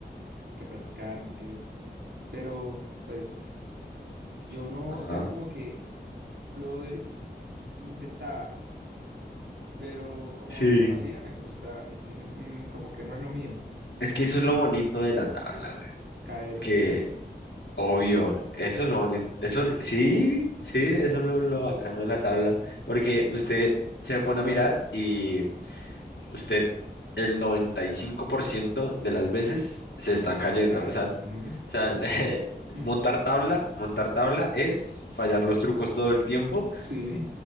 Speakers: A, on the right; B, on the left.
A: y que practicaban skate, pero pues yo no,
B: Ajá.
A: o sea, como que lo, he- lo intentaba, pero como
B: Sí.
A: no me salía, me frustraba y dije, "Mm, como que no es lo mío.
B: Es que eso es lo bonito de la tabla, güey.
A: Caerse.
B: que Obvio, eso es lo bonito, eso sí, sí, eso es lo, lo bacano de la tabla, porque usted se pone a mirar y usted el 95% de las veces se está cayendo,
A: Se cae.
B: o sea, o
A: Ujú.
B: sea, <laughs>
A: <laughs>
B: montar tabla, montar tabla es fallar los trucos todo el tiempo
A: Sí,